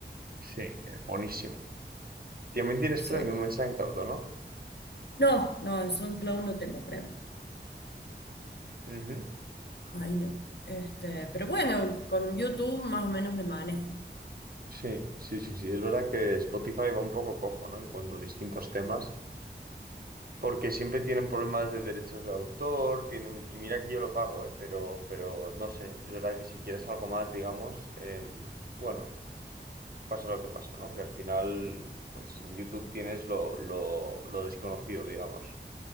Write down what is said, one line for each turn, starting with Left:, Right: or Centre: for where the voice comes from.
Right: Sí, es buenísimo. También tienes Premium
Left: Sí.
Right: en SoundCloud, ¿o ¿no?
Left: No, no, en SoundCloud no tengo Premium.
Right: Ujú.
Left: Ay, no. Este, pero bueno, con YouTube más o menos me manejo.
Right: Sí, sí, sí, sí. Es verdad que Spotify va un poco cojo, ¿no? En cuanto a distintos temas, porque siempre tienen problemas de derechos de autor, tienen, y mira que yo lo pago, ¿eh? Pero, pero no sé, es verdad que si quieres algo más, digamos, eh, bueno, pasa lo que pasa, ¿no? Que al final, pues en YouTube tienes lo, lo, lo desconocido, digamos.